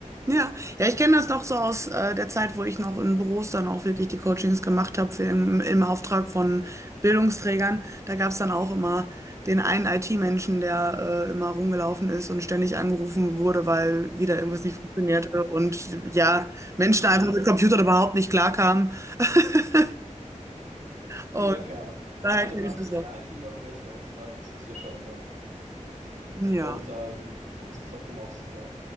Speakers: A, on the right; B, on the right.
A: Ja, ja, ich kenne das noch so aus äh, der Zeit, wo ich noch in Büros dann auch wirklich die Coachings gemacht habe für im, im Auftrag von Bildungsträgern. Da gab es dann auch immer den einen IT-Menschen, der äh, immer rumgelaufen ist und ständig angerufen wurde, weil wieder irgendwas nicht funktionierte und ja, Menschen
B: Genau.
A: einfach mit Computern überhaupt nicht klarkamen. <laughs> Und
B: Ja, genau.
A: daher
B: Leider
A: kenne
B: braucht
A: ich das
B: es die
A: auch.
B: IT noch recht oft, ne? Das ist ja schade, ja.
A: Ja,
B: Und ähm, du hast gesagt, du machst äh,